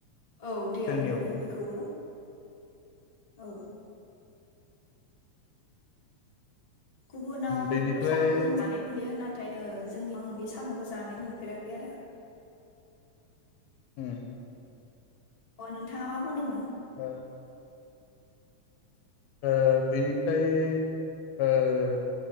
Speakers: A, on the left (about 20°); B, on the left (about 75°).
A: औ दैयाव
B: जोंनियावबो
A: मोनो बेखौबो। औ। गुबुनावफोर
B: बेनिफ्राय
A: साम'खौ जों जानायखौ नुयो ना थाय जों आं बे सामखौ जानाय नुफेराखै आरो।
B: उम।
A: अ नोंथांङा मा बुंदोंमोन?
B: ओ ओ बेनिफ्राय ओ